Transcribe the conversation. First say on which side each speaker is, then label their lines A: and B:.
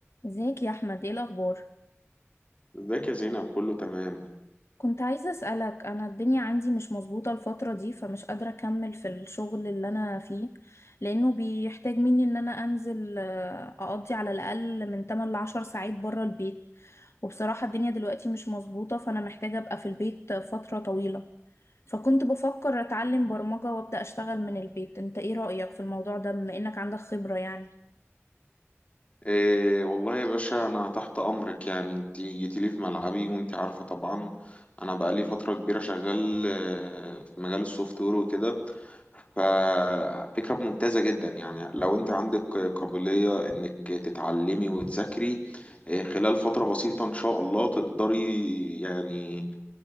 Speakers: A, on the left (about 65°); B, on the left (about 30°).
A: ازيك يا احمد ايه الاخبار
B: ازيك يا زينب كله تمام
A: كنت عايزه اسالك انا الدنيا عندي مش مظبوطه الفتره دي فمش قادره اكمل في الشغل اللي انا فيه لانه بيحتاج مني ان انا انزل آه، اقضي على الاقل من 8 ل 10 ساعات بره البيت وبصراحه الدنيا دلوقتي مش مظبوطه فانا محتاجه ابقى في البيت فتره طويله فكنت بفكر اتعلم برمجه وابدا اشتغل من البيت انت ايه رايك في الموضوع ده بما انك عندك خبره يعني
B: إيه والله يا باشا انا تحت امرك يعني انت جيتي لي في ملعبي وانت عارفه طبعا انا بقالي فتره كبيره شغال آه، في مجال السوفت وير وكده ففكره ممتازه جدا يعني لو انت عندك قابليه انك تتعلمي وتذاكري آه، خلال فتره بسيطه ان شاء الله تقدري يعني